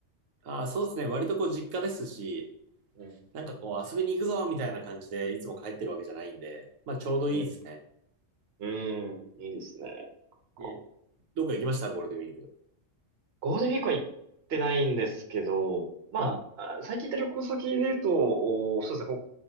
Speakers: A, on the right; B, on the right.
A: ああ、そうですね。割とこう実家ですし、
B: うん
A: なんかこう遊びに行くぞみたいな感じでいつも帰ってるわけじゃないんで、まあちょうどいいですね。
B: うん。うん。いいですね。ゴ
A: え、どっか行きましたゴールデンウィーク。
B: ールデンウィークは行ってないんですけど、まあ、
A: うん。
B: あ最近行った旅行先で言うと、おそうですね、